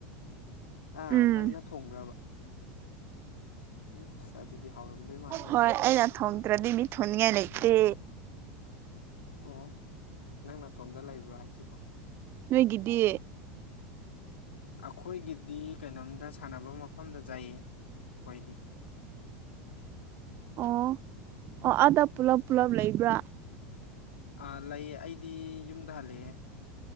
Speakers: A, on the left (about 70°); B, on the right (about 35°).
A: ꯑꯥ
B: ꯎꯝ
A: ꯅꯪꯅ ꯊꯣꯡꯕ꯭ꯔꯕ ꯎꯝꯁ ꯑꯗꯨꯗꯤ ꯍꯥꯎꯔꯝꯗꯣꯏ ꯃꯥꯜꯂꯦ
B: ꯍꯣꯏ ꯑꯩꯅ ꯊꯣꯡꯗ꯭ꯔꯗꯤ ꯃꯤ ꯊꯣꯡꯅꯤꯡꯉꯥꯏ ꯂꯩꯇꯦ
A: ꯑꯣ ꯅꯪ ꯅꯇꯣꯝꯗ ꯂꯩꯕ꯭ꯔꯣ ꯍꯥꯏꯁꯤꯕꯣ
B: ꯅꯣꯏꯒꯤꯗꯤ
A: ꯑꯩꯈꯣꯏꯒꯤꯗꯤ ꯀꯩꯅꯣꯝꯗ ꯁꯥꯟꯅꯕ ꯃꯐꯝꯗ ꯆꯥꯏꯌꯦ ꯑꯩꯈꯣꯏꯗꯤ
B: ꯑꯣ ꯑꯣ ꯑꯥꯗ ꯄꯨꯂꯞ ꯄꯨꯂꯞ ꯂꯩꯕ꯭ꯔꯥ
A: ꯑꯥ ꯂꯩꯌꯦ ꯑꯩꯗꯤ ꯌꯨꯝꯗ ꯍꯜꯂꯛꯑꯦ